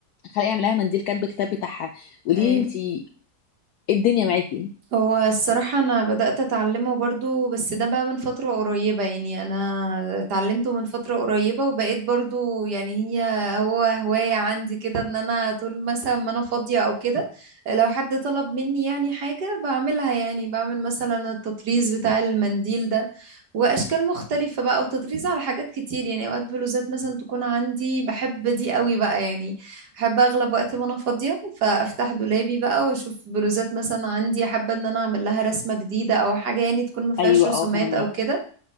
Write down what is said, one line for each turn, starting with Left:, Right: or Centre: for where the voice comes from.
Left: خلق يعمل لها منديل كاتب الكتاب بتاعها قولي
Right: ايوه
Left: لي انت ايه الدنيا معاكي
Right: هو الصراحة أنا بدأت أتعلمه برضو بس ده بقى من فترة قريبة يعني أنا اتعلمته من فترة قريبة وبقيت برضو يعني هي هو هواية عندي كده إن أنا طول مثلا ما أنا فاضية أو كده لو حد طلب مني يعني حاجة بعملها يعني بعمل مثلا التطريز بتاع المنديل ده وأشكال مختلفة بقى وتطريز على حاجات كتير يعني أوقات بلوزات مثلا تكون عندي بحب دي قوي بقى يعني احب اغلب وقت ما انا فاضيه فافتح دولابي بقى واشوف بلوزات مثلا عندي حابه ان انا اعمل لها رسمه جديده او حاجه يعني تكون ما فيهاش
Left: ايوه
Right: رسومات
Left: اه فاهمك
Right: او كده